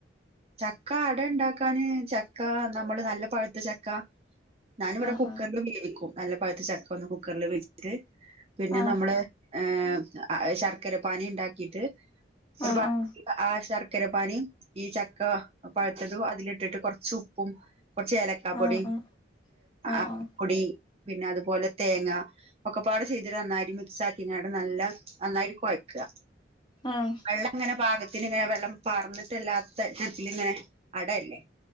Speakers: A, on the right; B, on the left.
A: ചക്ക അട ഉണ്ടാക്കാന് ചക്ക നമ്മള് നല്ല പഴുത്ത ചക്ക ഞാനിവിടെ
B: ആഹ്
A: കുക്കറിൽ വേവിക്കും നല്ല പഴത്ത ചക്ക ഒന്ന് കുക്കറില് വേവിച്ചിട്ട് പിന്നെ
B: ആഹ്
A: നമ്മള് ഏഹ് ശർക്കര പാനി ഉണ്ടാക്കിട്ട് ഒരുപാ
B: ആഹ്
A: ആഹ് ശർക്കര പാനിയും ഈ ച ക്ക പഴുത്തതും അതിലിട്ടിട്ട് കൊറച്ച് ഉപ്പും കൊറച്ച് ഏല ക്കാപൊടി
B: ആഹ് ആഹ് ആഹ് ആഹ്
A: ആപൊടി പിന്നെ അതുപോലെ തേങ്ങ ഒക്കെപ്പാട് ചെയ്തിട്ട് നന്നായിട്ട് മിക്സ് ആക്കിട്ട് നല്ല നന്നായിട്ട് കൊഴയ്ക്കാ
B: ആഹ്
A: വെള്ളം ഇങ്ങനെ പാകത്തിന് ഇങ്ങനെ വെള്ളം പാർന്നിട്ടല്ലാത്ത തരത്തില് ഇങ്ങനെ അടയല്ലേ